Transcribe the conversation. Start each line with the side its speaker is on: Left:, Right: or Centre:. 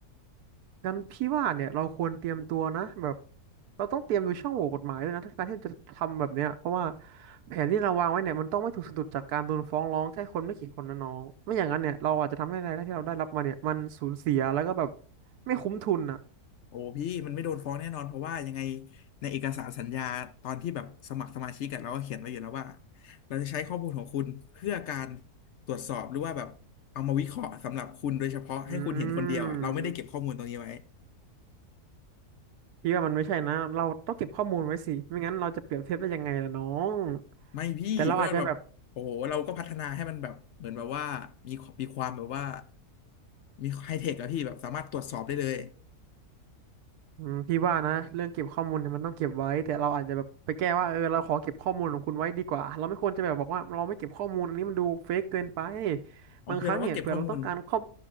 Right: งั้นพี่ว่าเนี่ยเราควรเตรียมตัวนะแบบเราต้องเตรียมดูช่องโหว่กฎหมายด้วยนะถ้าการที่จะทำแบบเนี้ยเพราะว่าแผนที่เราวางไว้เนี่ยมันต้องไม่ถูกสะดุดจากการโดนฟ้องร้องแค่คนไม่กี่คนนะน้องไม่อย่างนั้นเนี่ยเราอาจจะทำให้รายได้ที่เราได้รับมาเนี่ยมันสูญเสียแล้วก็แบบไม่คุ้มทุนอ่ะ
Left: โอ้พี่มันไม่โดนฟ้องแน่นอน เพราะว่ายังไงในเอกสารสัญญาตอนที่แบบสมัครสมาชิกกันเราก็เขียนไว้อยู่แล้วว่าเราจะใช้ข้อมูลของคุณเพื่อการตรวจสอบหรือว่าแบบเอามาวิเคราะห์สำหรับคุณโดยเฉพาะให้คุณเห็นคนเดียวอ่ะเราไม่ได้เก็บข้อมูลตรงนี้ไว้
Right: อืมพี่ว่ามันไม่ใช่นะเราต้องเก็บข้อมูลไว้สิไม่งั้นเราจะเปรียบเทียบได้ยังไงล่ะน้อง
Left: ไม่พี่ก็แบบโอ้โหเราก็พัฒนาให้มันแบบเหมือนแบบว่ามีมีความแบบว่า
Right: แต่เราอาจจะแบบ
Left: มีไฮเทคอะพี่แบบสามารถตรวจสอบได้เลย
Right: อืมพี่ว่านะเรื่องเก็บข้อมูลเนี่ยมันต้องเก็บไว้แต่เราอาจจะแบบไปแก้ว่าเออเราขอเก็บข้อมูลของคุณไว้ดีกว่าเราไม่ควรจะแบบบอกว่าเราไม่เก็บข้อมูลอันนี้มันดูเฟกเกินไป
Left: อ๋อคือเราก็เก็บข้อมูล
Right: บางครั้งเนี่ยเผื่อเราต้องการข้อ